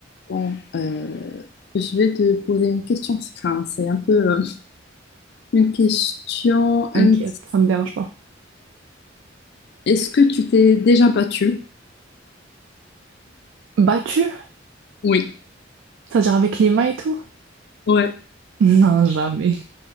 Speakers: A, on the left; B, on the right.
A: Bon, euh, je vais te poser une question. Enfin, c'est un peu euh, une question
B: T'inquiète,
A: indice.
B: ça me dérange pas.
A: Est-ce que tu t'es déjà battue?
B: Battu?
A: Oui.
B: C'est-à-dire avec les mains et tout? <laughs>
A: Ouais.
B: Non, jamais.